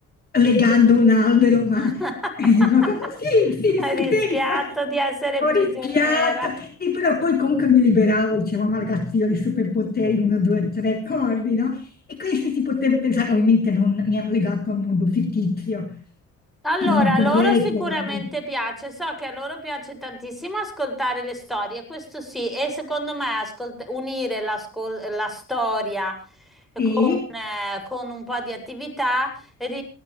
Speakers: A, on the left; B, in the centre.
A: legando un albero, ma,
B: <laughs>
A: <laughs> eh, ma vabbè, sì, sì,
B: Hai
A: sì,
B: rischiato
A: pensa.
B: di essere
A: Ho
B: prigioniera.
A: rischiato, sì, però poi comunque mi liberavo, dicevo, ma ragazzi, io ho i superpoteri, uno, due, tre, corri, no? E questi si potrebbe pensare, ovviamente non mi hanno legato a un mondo fittizio,
B: Allora,
A: non
B: a
A: con
B: loro
A: vere
B: sicuramente
A: corde.
B: piace, so che a loro piace tantissimo ascoltare le storie, questo sì, e secondo me ascolt- unire l'ascol- la storia
A: Sì,
B: con, eh, con un po' di attività ri-